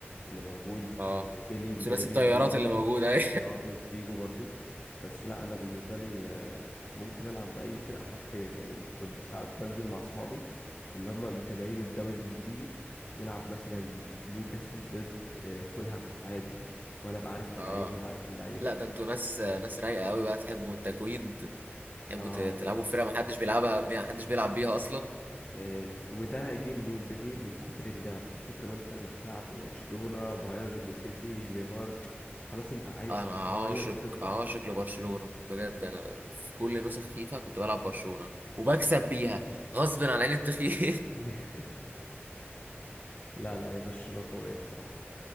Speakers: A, on the left; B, on the right.
A: اللي موجود
B: اه
A: بيلي مبابي
B: ثلاثي الطيارات
A: فيني
B: اللي موجوده <laughs>
A: اه ورودريجو برضو بس لا انا بالنسبه لي آه، ممكن العب باي فرقه حرفيا يعني كنت ساعات بنزل مع اصحابي اللي هم متابعين الدوري الانجليزي نلعب مثلا
B: مم.
A: نيوكاسل ضد آه، فولهام عادي وانا ابقى عارف اللعيبه
B: اه
A: وهو عارف اللعيبه
B: لا ده انتوا ناس ناس رايقه قوي بقى تحبوا التكويد تحبوا
A: اه
B: ت- تلعبوا في فرقة محدش بيلعبها محدش بيلعب بيها أصلا
A: آه، وده جه منين ده جه من كتر اللعب من كتر ما انت ما بتلعب ببرشلونه بايرن سيتي ليفر خلاص انت عايز
B: أنا عاشق
A: تغير وتطلع
B: عاشق لبرشلونة بجد أنا في كل نسخ فيفا كنت بلعب برشلونة وبكسب بيها غصب عن عين التخييل
A: <laughs> لا لا يا برشلونه قويه بصراحه